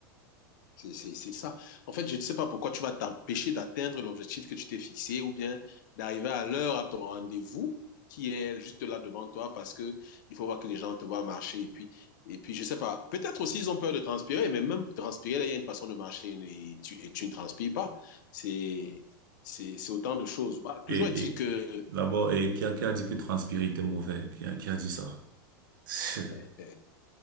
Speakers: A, on the left; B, on the right.
A: C'est c'est c'est ça. En fait, je ne sais pas pourquoi tu vas t'empêcher d'atteindre l'objectif que tu t'es fixé ou bien d'arriver à l'heure à ton rendez-vous qui est juste là devant toi parce que il faut voir que les gens te voient marcher et puis et puis je ne sais pas peut-être aussi ils ont peur de transpirer mais même transpirer là il y a une façon de marcher et tu, et tu ne transpires pas c'est c'est c'est autant de choses bah,
B: Et,
A: toujours est-il
B: et
A: que
B: d'abord, et
A: oui.
B: qui a, qui a dit que transpirer était mauvais? Qui a, qui a dit ça? <laughs>
A: <laughs>